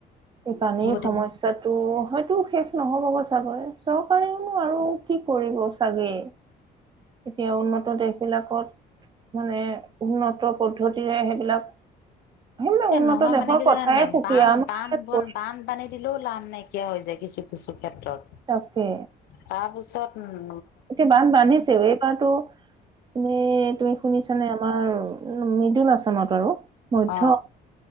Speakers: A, on the right (about 30°); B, on the left (about 70°).
A: এই পানীৰ
B: গতিকে
A: সমস্যাটো হয়তো শেষ। নহ'ব ব চাবৈ চৰকাৰেনো আৰু কি কৰিব চাগে। এতিয়া উন্নত দেশ বিলাকত। মানে উন্নত পদ্ধতিৰে সেইবিলাক। সেইবিলাক
B: এ
A: উন্নত
B: নহয়
A: দেশৰ
B: মানে কি
A: কথাই
B: জানে নাই,
A: সুকীয়া
B: বান
A: আমাৰ
B: বান
A: ইয়াত
B: বন
A: পৰি
B: বান বানি দিলেও লাভ নাইকিয়া হৈ যায়। কিছু কিছু ক্ষেত্ৰত
A: থাকে
B: তাৰপিছত উ
A: এতিয়া বান্ধ বান্ধিছেও এইবাৰতটো। মে তুমি শুনিছানে আমাৰ মৃদুল আছামত আৰু মধ্য
B: অ